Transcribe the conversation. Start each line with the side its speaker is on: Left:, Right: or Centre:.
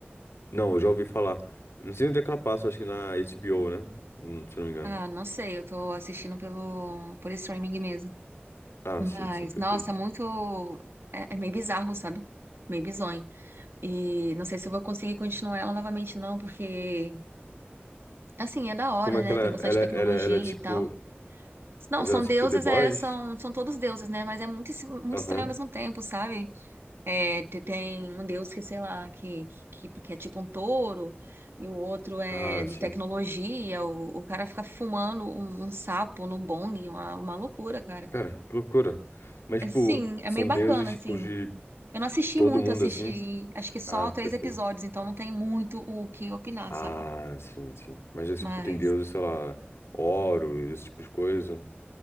Left: Não, eu já ouvi falar. Não sei onde é que ela passa, acho que na HBO, né? Hum, Se eu não me engano.
Right: Ah, não sei, eu tô assistindo pelo, por streaming mesmo.
Left: Ah,
Right: Mas,
Left: sim, sim, perfeito.
Right: nossa, muito. É, é meio bizarro, sabe? Meio bizonho. E não sei se eu vou conseguir continuar ela novamente, não, porque, assim, é da hora,
Left: Como é
Right: né?
Left: que ela,
Right: Tem bastante
Left: ela,
Right: tecnologia
Left: ela, ela é tipo.
Right: e tal. Não,
Left: Mas
Right: são
Left: ela é tipo
Right: deuses,
Left: The Boys?
Right: é, são, são todos deuses, né? Mas é muito, es- muito
Left: Aham.
Right: estranho ao mesmo tempo, sabe? É, te- tem um deus que, sei lá, que, que, que é tipo um touro, e o outro é
Left: Ah,
Right: de
Left: sim.
Right: tecnologia, o, o cara fica fumando um, um sapo no bong, uma, uma loucura, cara.
Left: Cara, que loucura. Mas,
Right: É,
Left: tipo,
Right: sim, é
Left: são
Right: meio bacana,
Left: deuses, tipo,
Right: assim.
Left: de
Right: Eu não assisti
Left: Todo
Right: muito,
Left: mundo
Right: assisti
Left: assim?
Right: acho que só
Left: Ah, perfeito.
Right: três episódios, então não tem muito o que opinar,
Left: Ah,
Right: sabe?
Left: sim, sim. Mas, é, tipo,
Right: Mas.
Left: tem deuses, sei lá, Horus, esse tipo de coisa.